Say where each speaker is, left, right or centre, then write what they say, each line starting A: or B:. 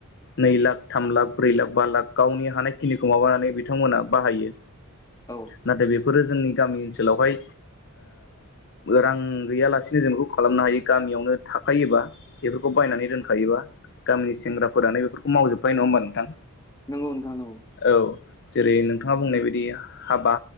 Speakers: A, on the left; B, on the left.
A: नै लाख थाम लाख ब्रै लाख बा लाख गावनि हानाय। खिनिखौ माबानानै बिथांमोना बाहायो
B: औ
A: नाथाय बे बेफोरो जोंनि गामि ओनसोलावहाय रां गैयालासेनो जों बेखौ खालामनो हायो। ग मियावनो थाखायोबा बेफोरखौ बायनानै दोनखायोबा गामिनि सेंग्राफोरानो बेफोरखौ मावजोबबाय नङाहोमबा नोंथां?
B: नोंगौ थां नोंगौ।
A: औ जेरै नोंथाङा बुंनाय बायदि हाबा